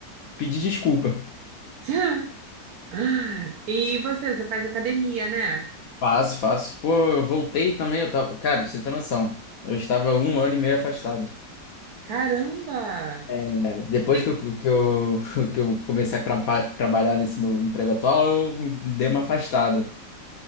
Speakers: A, on the left; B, on the right.
A: pedir desculpa.
B: <laughs> E você, você faz academia, né?
A: Faço, faço. Pô, eu voltei também, eu tava. Cara, pra você tem noção. Eu estava um ano e meio afastado.
B: Caramba!
A: É, depois
B: E,
A: que eu, que eu, <laughs> que eu comecei a trapa- trabalhar nesse meu emprego atual, eu dei uma afastada.